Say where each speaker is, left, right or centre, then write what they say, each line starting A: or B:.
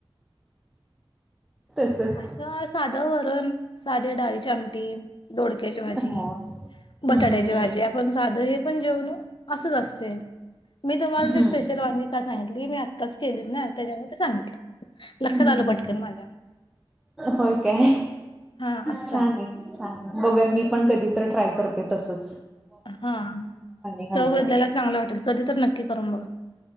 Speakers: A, in the centre; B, on the left.
A: तसच
B: असं साध वरन साधे डाळीची आमटी, दोडक्याची भाजी,
A: हा.
B: बटाट्याची
A: हम्म हम्म हम्म.
B: भाजी आपण साध हे पण जेवण.. असच असतय. मी तुम्हाला
A: हम्म.
B: ती स्पेशल वांगी का सांगितली? मी आत्ताच केलीत ना. त्याच्यामुळे ती सांगितल. लक्षात
A: हम्म
B: आल पटकन
A: हम्म
B: माझ्या.
A: होय काय?
B: हा असतात
A: छान ये छान ये. बघुया मी पण ट्राय करते तस?
B: हा
A: घालता.
B: चव बदलायला चांगल वाटेल. कधी त नक्की करून बघा.